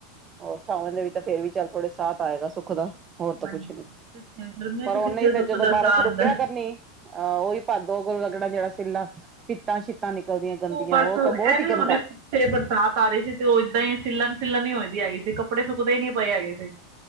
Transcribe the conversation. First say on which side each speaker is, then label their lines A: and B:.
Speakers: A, on the right (about 25°); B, on the right (about 60°).
A: ਹੋਰ ਸਾਵਣ ਦੇ ਵੀ ਤਾਂ ਫੇਰ ਵੀ ਚੱਲ ਥੋੜੇ ਸਾਂ ਤ ਆਏਗਾ ਸੁੱਖ ਦਾ। ਹੋਰ ਤਾਂ
B: ਹਾਂਜੀ
A: ਕੁਛ ਨੀ,
B: ਕਿੱਥੇ ਗਰਮੀਆਂ
A: ਪਰ
B: 'ਚ
A: ਉਹਨੇ
B: ਕਿੱਥੇ
A: ਫੇਰ
B: ਸੁੱਖ
A: ਜਦੋਂ
B: ਦਾ
A: ਬਾਰਿਸ਼
B: ਸਾਹ ਆਉਂਦਾ
A: ਰੁਕਿਆ ਕਰਨੀ ਅਹ ਉਹੀ ਭਾਦੋ ਲੱਗਣਾ ਜਿਹੜਾ ਸਿੱਲਾ ਪਿੱਤਾਂ- ਸ਼ਿਤਾਂ ਨਿਕਲਦੀਆਂ ਗੰਦੀਆਂ
B: ਬਸ
A: ਉਹ ਤਾਂ ਬੋਤ
B: ਐਵੇਂ
A: ਹੀ ਗੰਦਾ।
B: ਹੁਣੇ ਬਰਸਾਤ ਆ ਰਹੀ ਸੀ ਤੇ ਉਹ ਏਦਾਂ ਹੀ ਸਿੱਲਣ- ਸਿਲਣ ਹੀ ਹੋ ਈ ਦੀ ਹੈਗੀ ਸੀ ਕੱਪੜੇ ਸੁੱਕਦੇ ਹੀ ਨਹੀਂ ਪਏ ਹੈਗੇ ਸੀ।